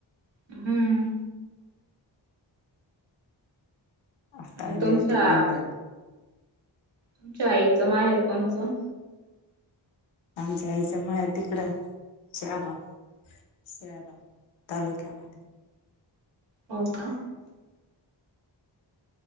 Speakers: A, on the right; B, on the left.
A: हम्म.
B: आता
A: आणि
B: आले
A: तुमच्या
B: होते मागर
A: तुमच्या आईचं मा एअरफोनचं
B: आमच्या यायचंमुळे तिकडे शल स तलुकमद
A: हो का?